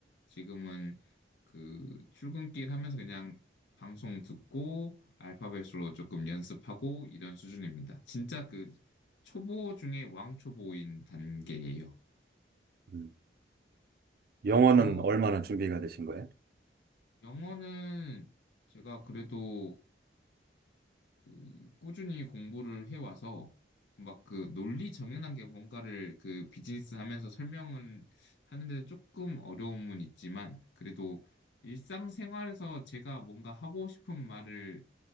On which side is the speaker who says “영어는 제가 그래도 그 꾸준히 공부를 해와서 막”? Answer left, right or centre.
Left